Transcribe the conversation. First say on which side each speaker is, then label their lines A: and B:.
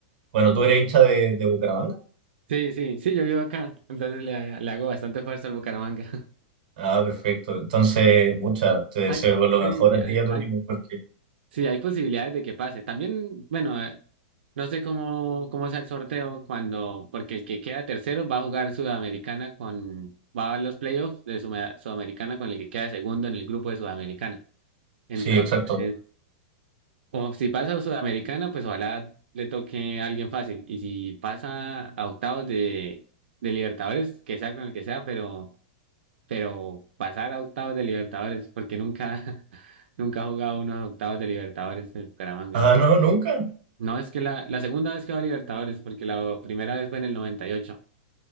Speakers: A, on the right (about 50°); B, on the right (about 80°).
A: bueno, tú eres hincha de, de Bucaramanga.
B: Sí, sí, sí, yo vivo acá, entonces le, le hago bastante fuerza al Bucaramanga.
A: Ah, perfecto. Entonces, mucha, te
B: <laughs>
A: deseo
B: Hay,
A: lo
B: sí,
A: mejor a
B: hay,
A: ti y a tu
B: hay-
A: equipo porque,
B: Sí, hay posibilidades de que pase. También, bueno, eh, no sé cómo, cómo sea el sorteo cuando, porque el que queda tercero va a jugar Sudamericana con, va a los playoffs de Suma- Sudamericana con el que queda segundo en el grupo de Sudamericana. Entonces,
A: sí, exacto.
B: o si pasa a Sudamericana, pues ojalá le toque a alguien fácil. Y si pasa a octavos de, de Libertadores, que sea con el que sea, pero pero pasar a octavos de Libertadores, porque nunca, <laughs> nunca ha jugado unos octavos de Libertadores de Bucaramanga.
A: Ah, no, nunca.
B: No, es que la, la segunda vez que va a Libertadores, porque la primera vez fue en el noventa y ocho